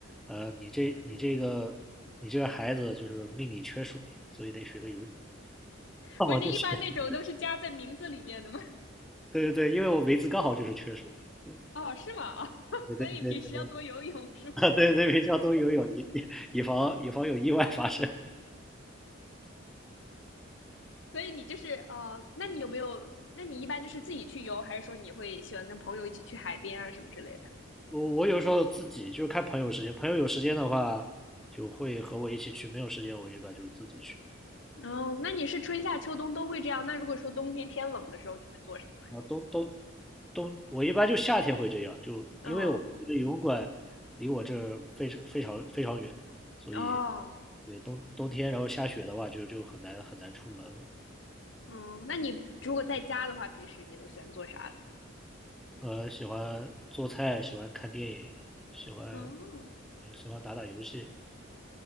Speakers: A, in the centre; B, on the left.
A: 呃，你这你这个你这个孩子就是命里缺水，所以得学个游泳。那我就学，
B: 不是一般那种都是加在名字里面的吗？
A: <laughs> 对对对，因为我梅子刚好就是缺水，对
B: 哦，是吗？哦，<laughs>
A: 对对对
B: 所以平时要多游泳是吗？
A: 对 <laughs> 对对，比较多游泳，以以防以防有意外发生。
B: 所以你就是呃，那你有没有？那你一般就是自己去游，还是说你会喜欢跟朋友一起去海边啊什么之类的？
A: 我我有时候自己就是看朋友时间，朋友有时间的话就会和我一起去，没有时间我一般就自己去。
B: 哦，那你是春夏秋冬都会这样？那如果说冬天天冷的时候，你会做什么？
A: 啊，都都。冬，我一般就夏天会这样，就因为我们这个游泳馆离我这儿非常非常非常远，
B: 嗯，
A: 所以
B: 哦，
A: 对冬冬天然后下雪的话就就很难很难出门了。
B: 嗯，那你如果在家的话，平时你都喜欢做啥嘞？
A: 呃，喜欢做菜，喜欢看电影，喜欢
B: 哦，
A: 呃喜欢打打游戏，